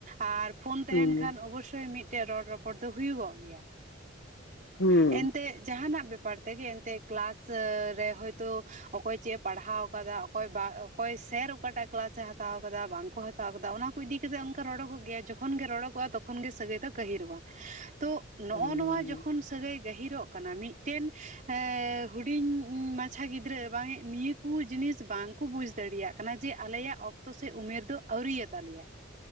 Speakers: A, on the right; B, on the left.
A: ᱟᱨ ᱯᱷᱳᱱ ᱛᱟᱦᱮᱱ
B: ᱦᱩᱸ
A: ᱠᱷᱟᱱ ᱚᱵᱚᱥᱥᱳᱭ ᱢᱤᱫᱴᱮᱡ ᱨᱚᱲᱨᱚᱯᱚᱲ ᱫᱚ ᱦᱩᱭᱩᱜᱚᱜ ᱜᱮᱭᱟ᱾
B: ᱦᱩᱸ,
A: ᱮᱱᱛᱮᱫ ᱡᱟᱦᱟᱱᱟᱜ ᱵᱮᱯᱟᱨ ᱛᱮᱜᱮ ᱮᱱᱛᱮᱫ ᱠᱞᱟᱥ ᱨᱮ ᱦᱳᱭᱛᱚ ᱚᱠᱚᱭ ᱪᱮᱫ ᱮ ᱯᱟᱲᱦᱟᱣ ᱟᱠᱟᱫᱟ ᱚᱠᱚᱭ ᱚᱠᱚᱭ ᱥᱮᱨ ᱚᱠᱟᱴᱟᱜ ᱠᱞᱟᱥ ᱮ ᱦᱟᱛᱟᱣ ᱟᱠᱟᱫᱟ ᱵᱟᱝᱠᱚ ᱦᱟᱛᱟᱣ ᱟᱠᱟᱫᱟ ᱫᱟ ᱚᱱᱟ ᱠᱚ ᱤᱫᱤ ᱠᱟᱛᱮ ᱚᱝᱠᱟ ᱨᱚᱲᱚᱜ ᱜᱮᱭᱟ ᱡᱚᱠᱷᱚᱱ ᱜᱮ ᱨᱚᱲᱚᱜᱼᱟ ᱛᱚᱠᱷᱚᱱ ᱜᱮ ᱥᱟᱹᱜᱟᱹᱭ ᱫᱚ ᱜᱟᱹᱦᱤᱨᱚᱜᱼᱟ᱾ ᱛᱚ
B: ᱦᱩᱸ
A: ᱱᱚᱜᱼ ᱱᱚᱣᱟ ᱡᱚᱠᱷᱚᱱ ᱥᱟᱹᱜᱟᱹᱭ ᱜᱟᱹᱦᱤᱨᱚᱜ ᱠᱟᱱᱟ ᱢᱤᱫᱴᱮᱱ ᱦᱩᱰᱤᱧ ᱢᱟᱪᱷᱟ ᱜᱤᱫᱽᱨᱟᱹ ᱵᱟᱝᱮᱜ ᱱᱤᱛ ᱠᱩ ᱡᱤᱱᱤᱥ ᱵᱟᱝᱠᱚ ᱵᱩᱡᱽ ᱫᱟᱲᱮᱭᱟᱜ ᱠᱟᱱᱟ ᱡᱮ ᱟᱞᱮᱭᱟᱜ ᱚᱠᱛᱚ ᱥᱮ ᱩᱢᱮᱨ ᱫᱚ ᱟᱹᱣᱨᱤᱭᱟᱛᱟᱞᱮᱭᱟ᱾